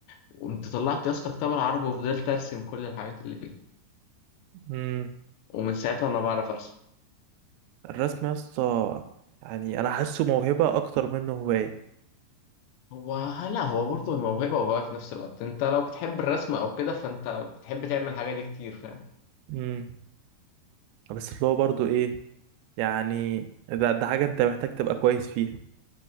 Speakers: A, on the left; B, on the right.
A: وقمت طلعت يا اسطى كتاب العربي وفضلت ارسم كل الحاجات اللي فيه
B: امم
A: ومن ساعتها انا بعرف ارسم
B: فالرسم يا اسطى يعني انا حاسه موهبة اكتر منه هواية
A: هو لا هو برضه موهبه وهو في نفس الوقت انت لو بتحب الرسم او كده فانت بتحب تعمل الحاجه دي كتير فاهم
B: امم بس اللي هو برضه ايه يعني ده ده حاجة انت محتاج تبقى كويس فيها